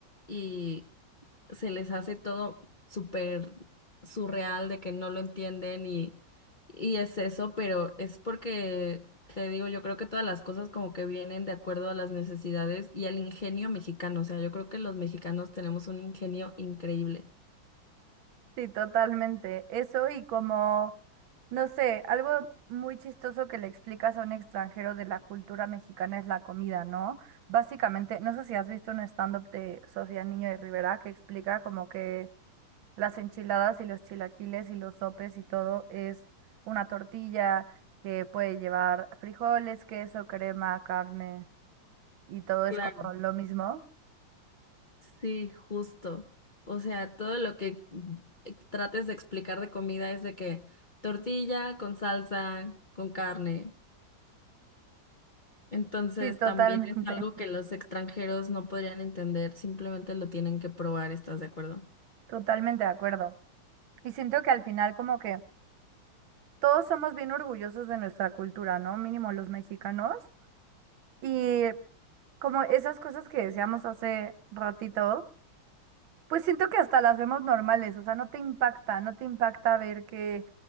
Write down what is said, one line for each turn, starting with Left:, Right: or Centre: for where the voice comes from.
Left: y se les hace todo súper surreal de que no lo entienden y, y es eso, pero es porque, te digo, yo creo que todas las cosas como que vienen de acuerdo a las necesidades y al ingenio mexicano, o sea, yo creo que los mexicanos tenemos un ingenio increíble.
Right: Sí, totalmente. Eso y como, no sé, algo muy chistoso que le explicas a un extranjero de la cultura mexicana es la comida, ¿no? Básicamente, no sé si has visto un stand-up de Sofía Niño de Rivera que explica como que las enchiladas y los chilaquiles y los sopes y todo es una tortilla que puede llevar frijoles, queso, crema, carne y todo es
Left: claro
Right: como lo mismo.
Left: Sí, justo. O sea, todo lo que eh, trates de explicar de comida es de que tortilla con salsa, con carne. Entonces,
Right: Sí, totalmente,
Left: también es algo
Right: <laughs>
Left: que los extranjeros no podrían entender, simplemente lo tienen que probar, ¿estás de acuerdo?
Right: totalmente de acuerdo. Y siento que al final como que todos somos bien orgullosos de nuestra cultura, ¿no? Mínimo los mexicanos. Y como esas cosas que decíamos hace ratito, pues siento que hasta las vemos normales, o sea, no te impacta, no te impacta ver que,